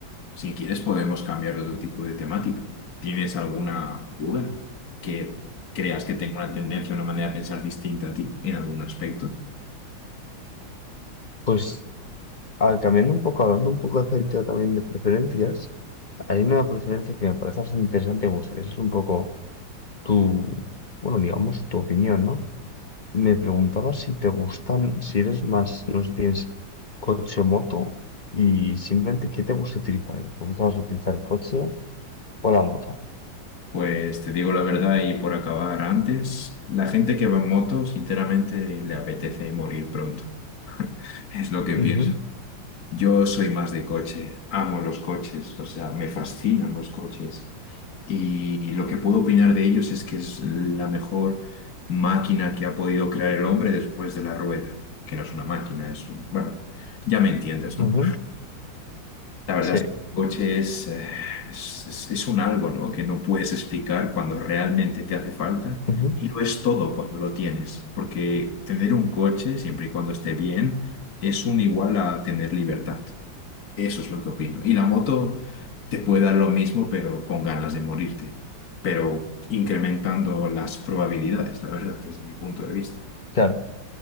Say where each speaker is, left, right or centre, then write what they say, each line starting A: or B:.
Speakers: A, on the left; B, on the left.
A: Si quieres, podemos cambiar de tipo de temática. ¿Tienes alguna duda que creas que tenga una tendencia, una manera de pensar distinta a ti en algún aspecto?
B: Pues al cambiando un poco, hablando un poco acerca también de preferencias, hay una preferencia que me parece bastante interesante, y me gustaría saber un poco tu, bueno, digamos, tu opinión, ¿no? Me preguntaba si te gustan, si eres más, no sé si tienes coche o moto, y simplemente qué te gusta utilizar. ¿Te gusta más utilizar el coche o la moto?
A: Pues te digo la verdad y por acabar antes, la gente que va en moto, sinceramente, le apetece morir pronto. <laughs> Es lo que pienso.
B: Ujú,
A: Yo soy más de coche, amo los coches, o sea, me fascinan los coches. Y lo que puedo opinar de ellos es que es la mejor máquina que ha podido crear el hombre después de la rueda, que no es una máquina, es un... Bueno, ya me entiendes,
B: ujú,
A: ¿no? La verdad
B: sí,
A: es que el coche es, eh, es, es- es un algo, ¿no? Que no puedes explicar cuando realmente te hace falta
B: ujú.
A: y lo es todo cuando lo tienes, porque tener un coche, siempre y cuando esté bien, es un igual a tener libertad. Eso es lo que opino. Y la moto te puede dar lo mismo, pero con ganas de morirte, pero incrementando las probabilidades, la verdad, desde mi punto de vista.
B: Claro,